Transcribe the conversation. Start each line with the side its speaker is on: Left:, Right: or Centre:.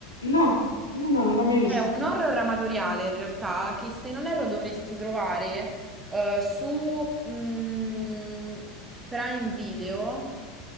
Left: No, no, no, non l'ho mai
Right: È
Left: visto.
Right: un horror amatoriale in realtà che se non erro dovresti trovare eh, su mm, Prime Video